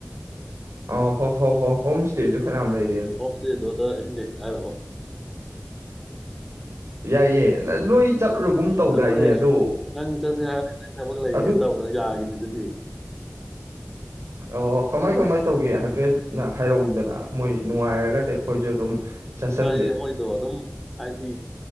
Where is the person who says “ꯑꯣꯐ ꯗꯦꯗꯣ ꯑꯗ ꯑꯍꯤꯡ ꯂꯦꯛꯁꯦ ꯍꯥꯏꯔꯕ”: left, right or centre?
Centre